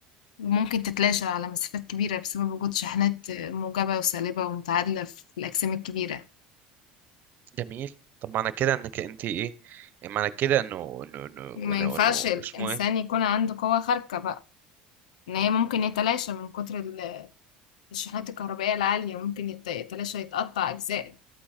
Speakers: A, on the left; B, on the right.
A: وممكن تتلاشى على مسافات كبيرة بسبب وجود شحنات موجبة وسالبة ومتعادلة في الأجسام الكبيرة
B: جميل طب معنى كده انك انت ايه معنى كده انه انه انه
A: ما
B: انه
A: ينفعش
B: إنه
A: الإنسان
B: اسمه ايه
A: يكون عنده قوة خارقة بقى ان هي ممكن يتلاشى من كتر ال- الشحنات الكهربائية العالية ممكن يت- يتلاشى يتقطع اجزاء